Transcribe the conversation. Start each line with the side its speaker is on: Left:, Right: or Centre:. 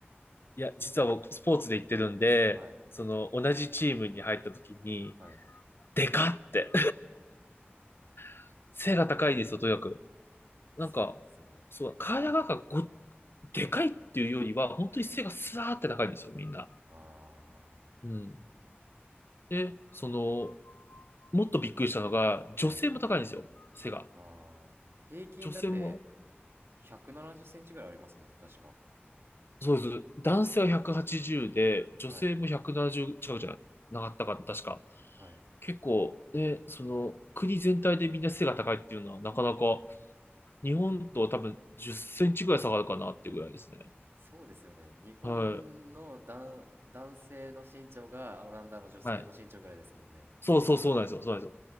Left: いや、実は僕、スポーツで行ってるんで、
Right: はい。
Left: その、同じチームに入った時に、
Right: はい。
Left: でかって <laughs> 背が高いんですよ、とにかく。
Right: そうですよね。
Left: なんか、そう、体がなんかご、でかいっていうよりは、本当に背がスラーって高いんですよ、みんな。
Right: あ
Left: うん。で、その、もっとびっくりしたのが、
Right: あ。
Left: 女性も高いんですよ、
Right: はい。
Left: 背が。
Right: ああ。平均だって
Left: 女性も、
Right: 170センチぐらいありますもんね、確か。
Left: そうです。男性は180で、女性も170近くじゃなかったかな、
Right: はい。
Left: 確か。
Right: はい。
Left: 結構、ね、その、国全体でみんな背が高いっていうのは、なかなか、日本とは多分10センチぐらい下がるかなってぐらいですね。
Right: そうですよね。日本の男、
Left: はい。
Right: 男性の身長がオランダの女性の身長ぐらいですもんね。
Left: はい。そうそうそうなんですよ。そうなんです